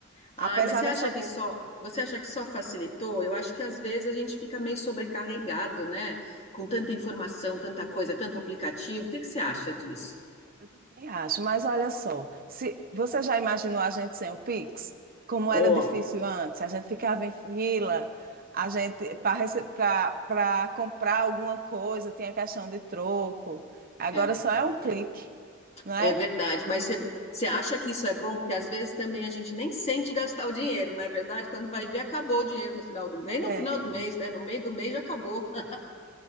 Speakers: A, on the left; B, on the right.
A: Ah,
B: Apesar
A: mas você acha
B: dessa,
A: que só você acha que só facilitou? Eu acho que às vezes a gente fica meio sobrecarregado, né? Com tanta informação, tanta coisa, tanto aplicativo. O que que você acha disso?
B: Eu também acho, mas olha só, se você já imaginou a gente sem o Pix? Como
A: Oh,
B: era difícil antes, a gente ficava em fila, a gente para comprar alguma coisa, tinha questão de troco. Agora
A: é verdade.
B: só é um clique, não é?
A: É verdade, mas você você acha que isso é bom? Porque às vezes também a gente nem sente gastar o dinheiro, não é verdade? Quando vai ver, acabou o dinheiro no final do mês. Nem no
B: É,
A: final do mês, né? No meio do mês já acabou. <laughs>